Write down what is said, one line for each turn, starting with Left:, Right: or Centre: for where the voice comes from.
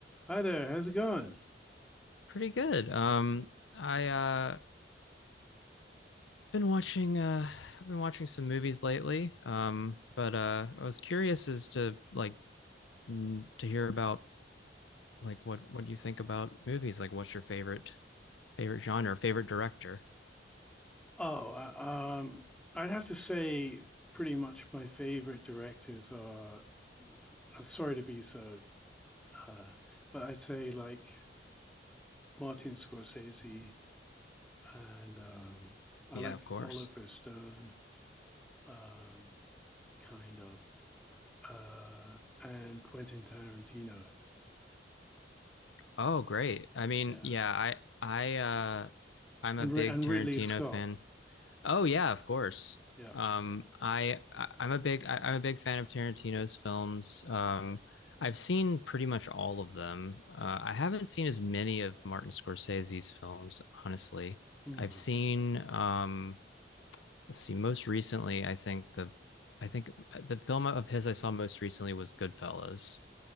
Centre: Hi there, how's it going?
Left: Pretty good. Um, I uh I've been watching uh I've been watching some movies lately. Um, but uh I was curious as to like n- to hear about like what what you think about movies. Like what's your favorite favorite genre, favorite director?
Centre: Oh, uh, um, I'd have to say pretty much my favorite directors are. I'm sorry to be so, uh, but I'd say like Martin Scorsese and um, I
Left: Yeah,
Centre: like
Left: of course.
Centre: Oliver Stone, um, kind of, uh, and Quentin Tarantino.
Left: Oh, great. I mean,
Centre: Yeah,
Left: yeah, I I uh I'm
Centre: and
Left: a big
Centre: Ri- and
Left: Tarantino
Centre: Ridley Scott.
Left: fan. Oh yeah, of course.
Centre: Yeah,
Left: Um, I, I I'm a big I, I'm a big fan of Tarantino's films. Um, I've seen pretty much all of them. Uh, I haven't seen as many of Martin Scorsese's films, honestly.
Centre: Hmm.
Left: I've seen um, let's see, most recently, I think the I think the film of his I saw most recently was Goodfellas,